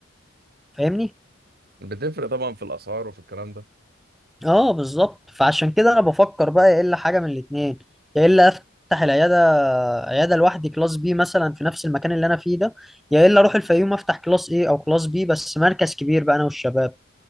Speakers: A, in the centre; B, on the right (about 55°).
A: فاهمني
B: بتفرق طبعا في الاسعار وفي الكلام ده
A: اه بالظبط فعشان كده انا بفكر بقى يا الا حاجه من الاتنين يا الا افتح العياده عياده لوحدي كلاس بي مثلا في نفس المكان اللي انا فيه ده يا الا اروح الفيوم افتح كلاس ايه او كلاس بي بس مركز كبير بقى انا والشباب